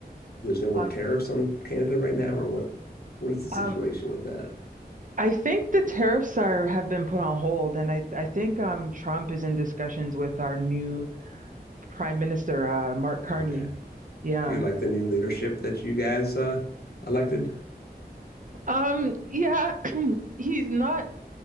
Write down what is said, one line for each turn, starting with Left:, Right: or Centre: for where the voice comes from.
Left: There's no more
Right: On
Left: tariffs on Canada right now, or what? What is the situation
Right: um
Left: with that?
Right: I think the tariffs are have been put on hold and I I think um Trump is in discussions with our new Prime Minister uh Mark
Left: Uh,
Right: Carney.
Left: Okay.
Right: Yeah.
Left: Do you like the new leadership that you guys uh, elected?
Right: Um yeah, <clears throat> he's not